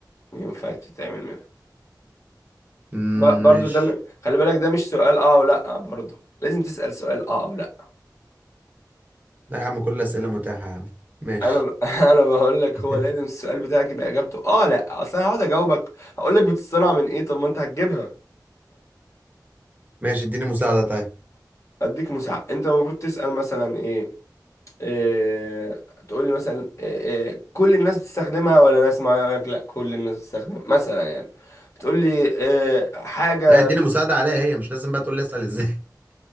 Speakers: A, on the left; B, on the right.
A: ينفع تتعمل منها
B: مم،
A: ب... برضو
B: ماشي
A: ده م... خلي بالك ده مش سؤال اه ولا برضو لازم تسأل سؤال اه ولا
B: لا يا عم كل الأسئلة متاحة يا عم ماشي
A: انا ب... <laughs> انا بقول لك
B: <laughs>
A: هو لازم السؤال بتاعك يبقى اجابته اه لا اصل انا هقعد اجاوبك هقول لك بتصطنع من ايه طب ما انت هتجيبها
B: ماشي اديني مساعدة طيب
A: اديك مساعدة انت المفروض تسأل مثلا ايه, إيه تقول لي مثلا إيه إيه كل الناس بتستخدمها ولا ناس معينة أقول لك لا كل الناس بتستخدمها مثلا يعني بتقول لي إيه حاجة
B: لا اديني مساعدة عليها هي مش لازم بقى تقول لي أسأل ازاي <laughs>